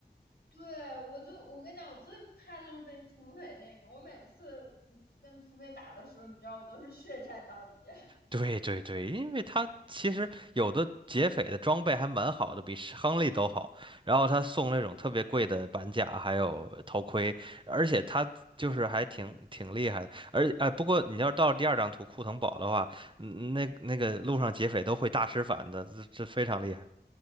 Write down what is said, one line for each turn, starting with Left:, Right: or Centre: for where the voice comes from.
Left: 对，我就我跟你讲，我最怕就是被土匪那个。我每次你跟土匪打的时候，你知道我都是血战到底。<laughs>
Right: 对对对，因为他其实有的劫匪的装备还蛮好的，比是亨利都好。然后他送那种特别贵的板甲，还有头盔，而且他就是还挺挺厉害的。而哎，不过你要到第二张图库腾堡的话，嗯那那个路上劫匪都会大师反的，这这非常厉害，